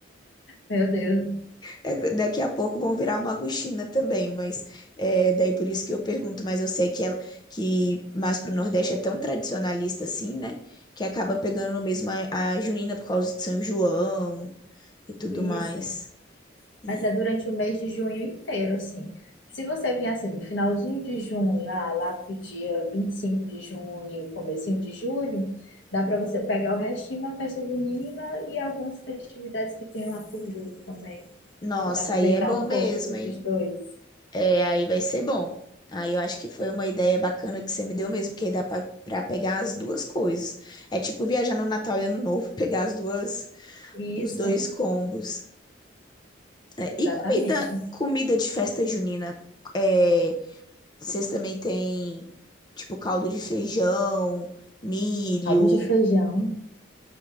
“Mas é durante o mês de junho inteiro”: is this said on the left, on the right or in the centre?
Left